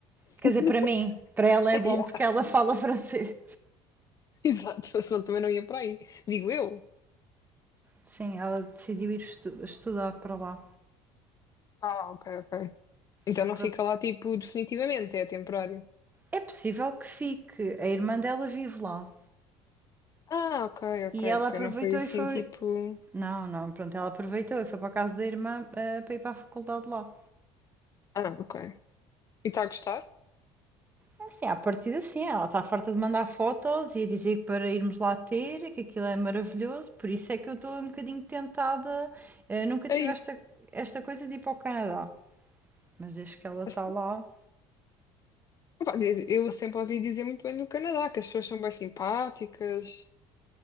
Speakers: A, on the right; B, on the left.
A: Quer
B: <laughs>
A: dizer, para mim, para ela é bom
B: Yeah,
A: porque ela <laughs> fala francês.
B: exato, senão também não ia para aí. Digo eu.
A: Sim, ela decidiu ir estu- estudar para lá.
B: Ah, ok, ok. Então
A: à pro-
B: não fica lá tipo definitivamente, é temporário.
A: É possível que fique, a irmã dela vive lá.
B: Ah, ok,
A: E
B: ok,
A: ela
B: ok.
A: aproveitou
B: Não foi assim
A: e foi.
B: tipo.
A: Não, não, pronto, ela aproveitou e foi para a casa da irmã, ah, para ir para a faculdade lá.
B: Ah, ok. E está a gostar?
A: É Assim, à partida sim, ela está farta de mandar fotos e a dizer que para irmos lá ter, que aquilo é maravilhoso, por isso é que eu estou um bocadinho tentada. Eh, nunca
B: Aí.
A: tive esta, esta coisa de ir para o Canadá, mas desde que ela está
B: assim,
A: lá,
B: pá, Eu sempre ouvi dizer muito bem do Canadá, que as pessoas são bem simpáticas